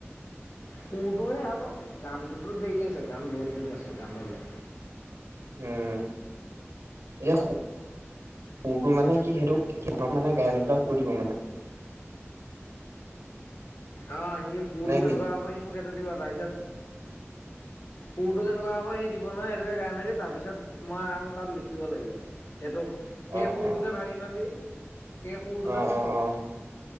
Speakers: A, on the left (about 65°); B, on the right (about 90°).
A: সুৰটোহে আক গানটোতো দেৰি আছে গান বহুত দিন আছে গানলৈ।
B: উম, এতিয়া কোৰটো মানে কি সেইটো সাক মানে গাই লুবেলাক কু দিব মানে <unintelligible>
A: অ সি সুৰটো
B: নে কি
A: কেনেকুৱা হ'ব সি মোক সেইটো দিবা তাৰপিছত
B: <inaudible>
A: সুৰটো কেনেকুৱা হ'ব সি দিব নহয় সেইটোকে গাই মেলি তাৰপিছত মই আৰু তাত লিখিব লাগিব সেইটো সেই
B: অ
A: সুৰটোকে
B: অ
A: ভাবি ভাবি পে ফুৰটো
B: অ
A: যে
B: অ অ